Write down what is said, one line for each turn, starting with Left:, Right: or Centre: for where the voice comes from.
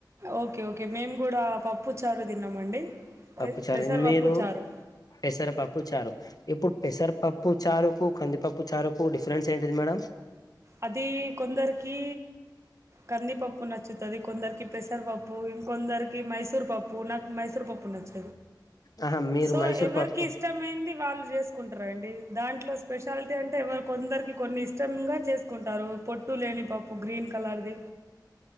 Right: ఓకే ఓకే మేము కూడా పప్పు చారు తిన్నామండి
Left: పప్పు
Right: పె
Left: చారు
Right: పెసరపప్పు
Left: మీరు
Right: చారు
Left: పెసర పప్పు చారు ఇప్పుడు పెసరపప్పు చారుకు కందిపప్పు చారుకు డిఫరెన్స్ ఏంటిది మేడం
Right: అది కొందరికి కందిపప్పు నచ్చ ది కొందరికి పెసర్ పప్పు ఇంకొందరికి మైసూర్ పప్పు నాకు మైసూర్ పప్పు నచ్చ
Left: ఆహా మీరు
Right: సో
Left: మైసూర్
Right: ఎవరికి
Left: పప్పు
Right: ఇష్టమైంది వాళ్ళు సుకుంటార అండి దాంట్లో స్పెషాలిటీ అంటే ఎ కొందరికి కొన్ని ఇష్టంగా చేస్ కుంటారు పొట్టు లేని పప్పు గ్రీన్ కలర్ది